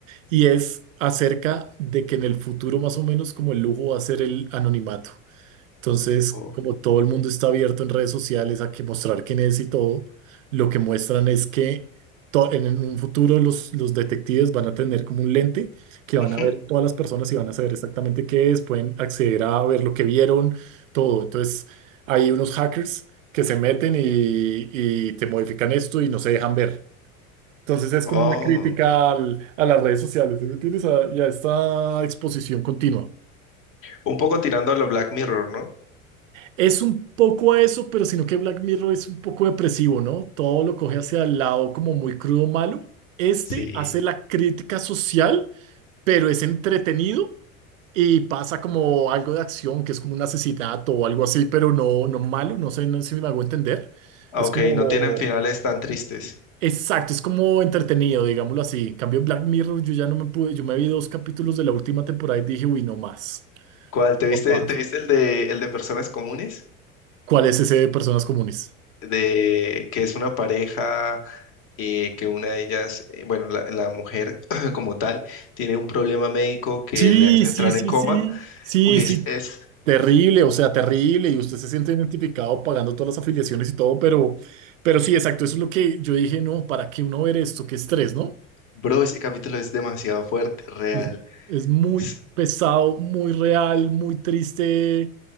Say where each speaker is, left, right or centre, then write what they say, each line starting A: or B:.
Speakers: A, on the right; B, on the left.
A: y es acerca de que en el futuro más o menos como el lujo va a ser el anonimato. Entonces,
B: Oh.
A: como todo el mundo está abierto en redes sociales a que mostrar quién es y todo, lo que muestran es que to- en en un futuro los, los detectives van a tener como un lente que
B: ujú,
A: van a ver todas las personas y van a saber exactamente qué es, pueden acceder a ver lo que vieron, todo. Entonces, hay unos hackers que se meten y, y te modifican esto y no se dejan ver. Entonces es como
B: oh,
A: una crítica al- a las redes sociales, ¿sí me entiendes? A- y a esta exposición continua.
B: Un poco tirando a lo Black Mirror, ¿no?
A: Es un poco a eso, pero sino que Black Mirror es un poco depresivo, ¿no? Todo lo coge hacia el lado como muy crudo, malo. Este
B: Sí.
A: hace la crítica social, pero es entretenido y pasa como algo de acción, que es como un asesinato o algo así, pero no, no malo, no sé, no sé si me hago entender.
B: Ah,
A: Es
B: Ok,
A: como,
B: no tienen finales tan tristes.
A: exacto, es como entretenido, digámoslo así. En cambio, Black Mirror, yo ya no me pude, yo me vi dos capítulos de la última temporada y dije, uy, no más,
B: ¿Cuál? ¿Te viste,
A: no más.
B: te viste el de, el de personas comunes?
A: ¿Cuál es ese de personas comunes?
B: De que es una pareja eh, que una de ellas, eh, bueno, la, la mujer <clears throat> como tal, tiene un problema médico que
A: Sí,
B: le hace
A: sí,
B: entrar
A: sí,
B: en coma.
A: sí, sí,
B: Uy,
A: sí,
B: es, es
A: terrible, o sea, terrible, y usted se siente identificado pagando todas las afiliaciones y todo, pero, pero sí, exacto, eso es lo que yo dije, no, ¿para qué uno ver esto? Qué estrés, ¿no?
B: Bro, ese capítulo es demasiado fuerte, real.
A: Es, es muy
B: S-
A: pesado, muy real, muy triste,